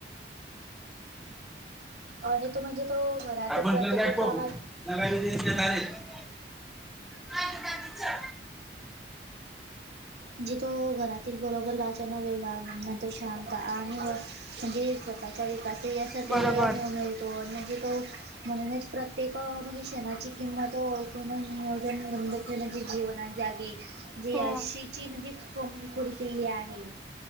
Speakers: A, on the right; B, in the centre.
A: आणि तो म्हणजे तो घरातील
B: आपण
A: प्रत्येक
B: त्यालाच
A: कामात
B: <inaudible> का की च
A: जिथं घरातील बरोबर लाच्यान वेव वाव म्ह नंतर शांत आणि म्हणजे स्वतःच्या विकास यासाठी
B: बरोबर
A: वेळ म्हन हो, म्हणजे तो म्हणूनच प्रत्येक म्हणजे क्षणाची किंमत हो पण नियोजन मंद केलं की जीवना जागी, जी
B: हो
A: याशी म्हणजेच, कोणी खोडी केली आहे.